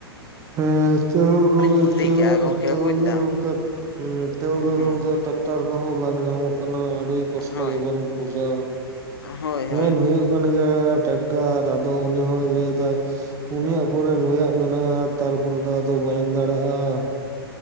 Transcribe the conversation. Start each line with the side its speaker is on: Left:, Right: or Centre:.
Right: <unintelligible>
Left: ᱵᱩᱫᱽᱫᱷᱤ ᱠᱟᱜᱼᱟ ᱜᱚᱝᱠᱮ ᱵᱩᱡᱽ ᱫᱟᱢ ᱦᱩᱸ
Right: ᱴᱮᱠᱴᱟᱨ ᱠᱚᱦᱚᱸ ᱵᱟᱝ ᱧᱟᱢᱚᱜ ᱠᱟᱱᱟ ᱟᱹᱰᱤ ᱠᱚᱥᱴᱚ
Left: ᱦᱳᱭ
Right: ᱜᱮᱵᱚᱱ
Left: ᱦᱳᱭ
Right: ᱵᱩᱡᱟ
Left: ᱦᱳᱭ ᱦᱩᱸ
Right: ᱢᱮᱱ ᱦᱩᱭᱩᱜ ᱠᱟᱱ ᱜᱮᱭᱟ ᱴᱮᱠᱴᱟᱨ ᱟᱫᱚ ᱩᱱᱤ ᱦᱚᱸᱭ ᱞᱟᱹᱭ ᱫᱟᱭ ᱩᱱᱤᱭᱟᱜ ᱯᱚᱨᱮ ᱱᱩᱭᱟᱜ ᱢᱮᱱᱟᱜ-ᱟ᱾ ᱛᱟᱨᱯᱚᱨᱮ ᱫᱚ ᱟᱫᱚ ᱵᱟᱹᱧ ᱫᱟᱲᱮᱭᱟᱜ-ᱟ᱾